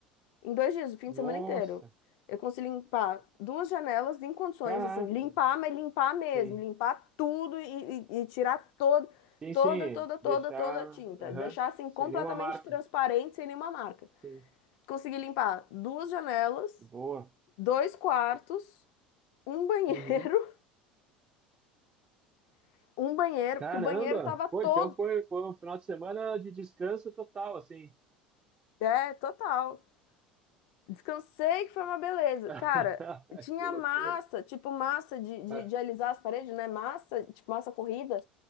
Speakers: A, on the left (about 60°); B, on the right (about 25°).
A: Em dois dias, o fim
B: Nossa,
A: de semana inteiro. Eu consegui limpar duas janelas em condições,
B: caraca.
A: assim, limpar, mas limpar mesmo,
B: Sim.
A: limpar tudo e, e- e tirar todo,
B: Sim,
A: toda,
B: sim.
A: toda, toda,
B: Deixar,
A: toda a tinta.
B: aham,
A: Deixar assim
B: sem
A: completamente
B: nenhuma marca.
A: transparente, sem nenhuma marca.
B: Sim.
A: Consegui limpar duas janelas,
B: Boa.
A: dois quartos, um banheiro,
B: Uhum.
A: <laughs> um banheiro,
B: Caramba!
A: porque o banheiro tava todo,
B: Pô, então foi, foi um final de semana de descanso total, assim.
A: é, total. Descansei, que foi uma beleza.
B: <laughs>
A: Cara, tinha
B: Que loucura.
A: massa, tipo massa de, de,
B: Mas-
A: de alisar as paredes, né? Massa, tipo massa corrida,